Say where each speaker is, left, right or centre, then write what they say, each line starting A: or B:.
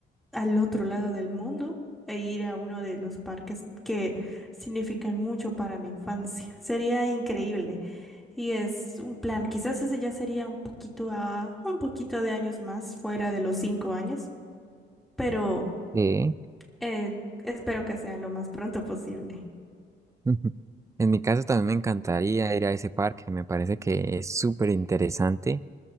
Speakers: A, in the centre; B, on the right (about 15°).
A: al otro lado del mundo e ir a uno de los parques que significan mucho para mi infancia. Sería increíble. Y es un plan, quizás ese ya sería un poquito a, un poquito de años más, fuera de los cinco años, pero
B: Sí.
A: Eh, espero que sea lo más pronto posible.
B: Ujú. En mi caso también me encantaría ir a ese parque, me parece que es súper interesante